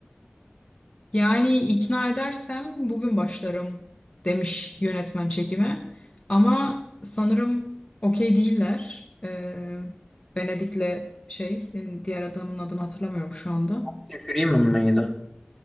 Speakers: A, on the left; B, in the centre.
A: Yani ikna edersem bugün başlarım demiş yönetmen çekime. Ama sanırım okey değiller. Ee, Venedik'le şey e, diğer adamın adını hatırlamıyorum şu anda.
B: Tim Freeman mıydı?